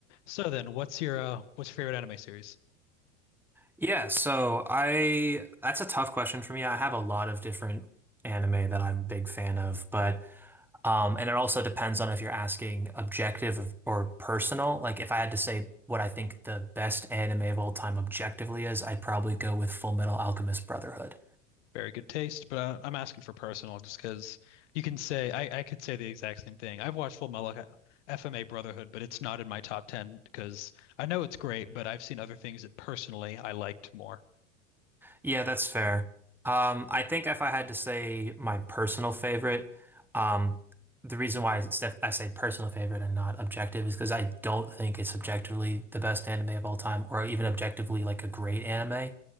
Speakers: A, on the left; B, in the centre.
A: So then, what's your uh, what's your favorite anime series?
B: Yeah, so I that's a tough question for me. I have a lot of different anime that I'm a big fan of, but um and it also depends on if you're asking objective or personal. Like if I had to say what I think the best anime of all time objectively is, I'd probably go with Full Metal Alchemist Brotherhood.
A: Very good taste, but uh, I'm asking for personal just because you can say I, I could say the exact same thing. I've watched Full Metal FMA Brotherhood, but it's not in my top 10 because I know it's great, but I've seen other things that personally I liked more.
B: Yeah, that's fair. Um, I think if I had to say my personal favorite, um, the reason why I s- I say personal favorite and not objective is because I don't think it's objectively the best anime of all time, or even objectively like a great anime.